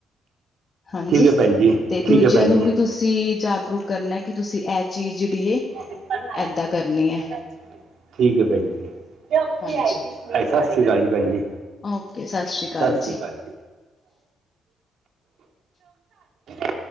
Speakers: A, on the left; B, on the right.
A: ਹਾਂਜੀ,
B: ਠੀਕ ਹੈ ਭੈਣ ਜੀ
A: ਤੇ
B: ਠੀਕ
A: ਦੂਜਿਆਂ
B: ਹੈ ਭੈਣ
A: ਨੂੰ
B: ਜੀ
A: ਵੀ ਤੁਸ ਜਾਗਰੂਕ ਕਰਨਾ, ਕਿ ਤੁਸੀਂ ਐ ਚੀਜ਼ ਜਿਹੜੀ ਹੈ
B: <unintelligible>
A: ਏਦਾਂ ਕਰਨੀ
B: ਠੀਕ ਹੈ ਭੈਣ ਜੀ <unintelligible> ਸਤਿ
A: ਹਾਂਜੀ
B: ਸ਼੍ਰੀ ਅਕਾਲ ਜੀ, ਭੈਣ ਜੀ,
A: ਓਕੇ ਸਤਿ ਸ੍ਰੀ
B: ਸਤਿ
A: ਜੀ।
B: ਸ਼੍ਰੀ ਅਕਾਲ <unintelligible>